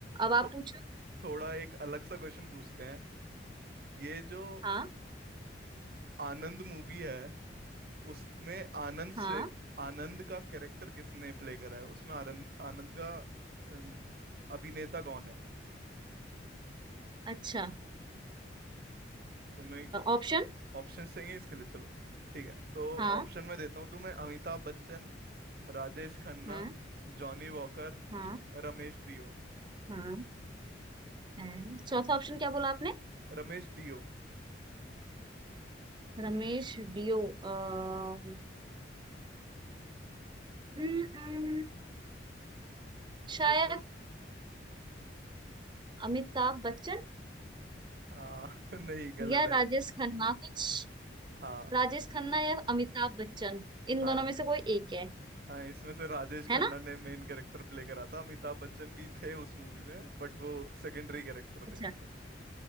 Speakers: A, on the right; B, on the right.
A: अब आप
B: थो,
A: पूछो
B: थोड़ा एक अलग सा क्वेश्चन पूछते हैं ये जो
A: हाँ
B: आनंद मूवी है उसमें आनंद से
A: हाँ
B: आनंद का कैरेक्टर किसने प्ले करा है उसमें आनंद आनंद का अ, अभिनेता कौन है
A: अच्छा
B: तुम्हें
A: ऑप्शन
B: ऑप्शन चाहिए इसके लिए चलो ठीक है तो
A: हाँ
B: ऑप्शन में देता हूँ तुम्हें अमिताभ बच्चन राजेश खन्ना
A: हाँ
B: जॉनी वॉकर
A: हाँ
B: रमेश डियो
A: हाँ हाँ। चौथा ऑप्शन क्या बोला आपने
B: रमेश डियो
A: रमेश डियो अ, हम्म, हम्म, शायद
B: सोचो
A: अमिताभ बच्चन
B: आ, <laughs> नहीं गलत
A: या
B: है
A: राजेश खन्ना कुछ
B: हाँ
A: राजेश खन्ना या अमिताभ बच्चन इन
B: हाँ
A: दोनों में से कोई एक है
B: हाँ इसमें से राजेश
A: है
B: खन्ना
A: ना
B: ने मेन कैरेक्टर प्ले करा था अमिताभ बच्चन भी थे उस मूवी में बट वो सेकेंडरी कैरेक्टर
A: अच्छा
B: थे इसके